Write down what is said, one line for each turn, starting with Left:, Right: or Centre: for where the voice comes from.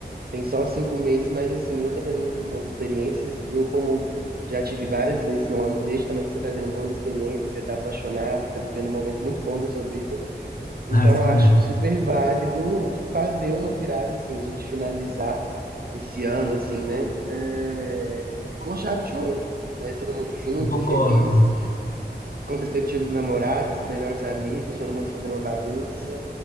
Right: Tem só cinco meses, mas assim, eu tô tendo muitas boas experiências. Eu, como já tive várias vezes no ano, vejo também que você tá tendo boas experiências, você tá apaixonado, tá vivendo um momento muito bom da sua vida. Então,
Left: Ah, eu tô
Right: acho
Left: mesmo.
Right: super válido fazer uma virada, assim, a gente finalizar esse ano, assim, né? é, com chave de ouro, né? Todo mundo junto,
Left: Eu concordo.
Right: feliz, com perspectiva dos namorados, melhores amigos, todo mundo fazendo uma bagunça.